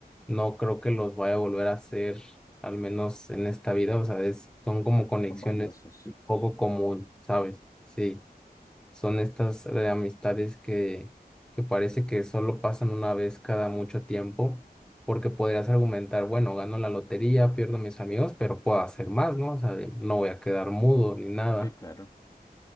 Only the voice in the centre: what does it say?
no creo que los vaya a volver a hacer, al menos en esta vida. O sea, es- son como conexiones
poco común, ¿sabes? Sí, son estas eh, amistades que, que parece que solo pasan una vez cada mucho tiempo, porque podrías argumentar, bueno, gano la lotería, pierdo mis amigos, pero puedo hacer más, ¿no? O sea, de- no voy a quedar mudo ni nada